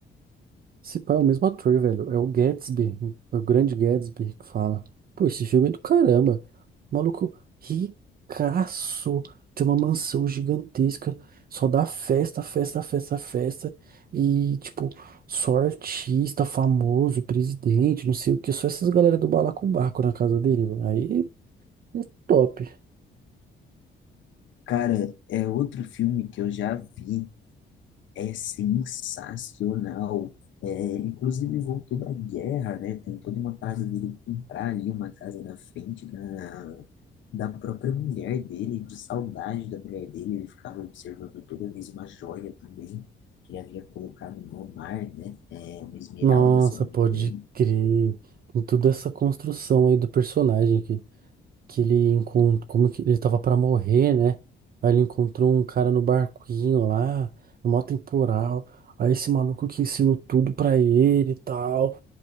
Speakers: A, on the right; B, on the left.
A: Esse pai é o mesmo ator, velho. É o Gatsby, o grande Gatsby que fala. Pô, esse filme é do caramba. Maluco ricaço. Tem uma mansão gigantesca. Só dá festa, festa, festa, festa. E, tipo, só artista famoso, presidente, não sei o que. Só essas galera do balacobaco na casa dele, velho. Aí é top.
B: Cara, é outro filme que eu já vi É sensacional. É, inclusive voltou da guerra, né? Tem toda uma parte dele comprar ali uma casa na frente da, da própria mulher dele, de saudade da mulher dele. Ele ficava observando toda vez uma joia também, que ele havia colocado no mar, né? É, uma esmeralda,
A: Nossa,
B: se eu não
A: pode
B: me engano.
A: crer. Tem toda essa construção aí do personagem aqui. que ele encontrou, como que ele tava pra morrer, né? Aí ele encontrou um cara no barquinho lá, no maior temporal. Aí esse maluco que ensinou tudo pra ele e tal.